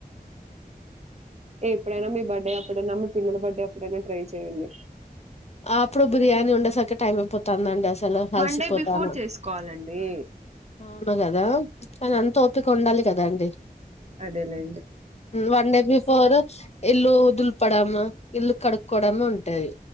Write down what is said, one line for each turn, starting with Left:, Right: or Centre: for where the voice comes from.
Right: ఏ ఎప్పుడైన మీ బర్డె అప్పుడైనా మీ పిల్లల బర్త్డే అప్పుడైనా ట్రై చేయండి
Left: ఆ అప్పుడు బిర్యానీ ఉండేసరికి టైం అయిపోతాంది అసలు
Right: వన్
Left: అలసిపోతాను
Right: డే బిఫోర్ చేసుకోవాలండి
Left: అవునుగదా కానీ అంత ఓపిక ఉండాలి కదా అండి
Right: అదేలేండి
Left: వన్ డే బిఫోరు ఇల్లు దుల్పడమ్ ఇల్లు కడుక్కోవడమ్ ఉంటది